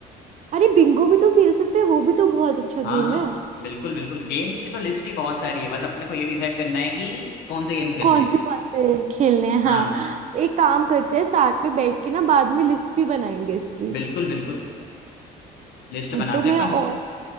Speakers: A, on the right; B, on the left.
A: अरे बिंगो भी तो खेल सकते हैं वो भी तो बहुत अच्छा
B: हाँ
A: गेम
B: हाँ
A: है
B: बिल्कुल बिल्कुल गेम्स की तो लिस्ट ही बहुत सारी है बस अपने को ये डिसाइड करना है कि कौन से गेम्स खेलने
A: कौन
B: हैं
A: से कौन से खेलने हैं हाँ
B: हाँ
A: एक काम करते हैं साथ में बैठ के ना बाद में लिस्ट भी बनाएंगे इसकी
B: बिल्कुल बिल्कुल लिस्ट बनाते
A: तो मैं
B: हैं अपन
A: और,